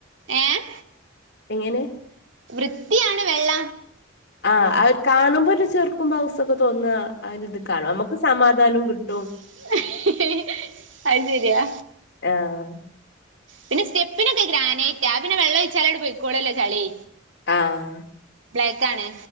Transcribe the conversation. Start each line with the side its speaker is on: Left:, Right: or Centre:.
Right: ഏഹ്
Left: എങ്ങനെ
Right: വൃത്തിയാണ് വെള്ള
Left: ആഹ് ആവൊരു കാണുമ്പൊരു ചെറുക്കും പൗസൊക്കെ തോന്ന അവരിത് കാണും നമക്ക് സമാധാനം കിട്ട്
Right: <unintelligible> അയ്ശെരിയാ
Left: ആഹ്
Right: പിന്നെ സ്റ്റെപ്പിനൊക്കെ ഗ്രാനൈറ്റാ പിന്നെ വെള്ള ഒഴിച്ചാണ്ടു പൊയ്കോളുല്ലൊ ചളി
Left: ആഹ്
Right: ബ്ലാക്ക് ആണ്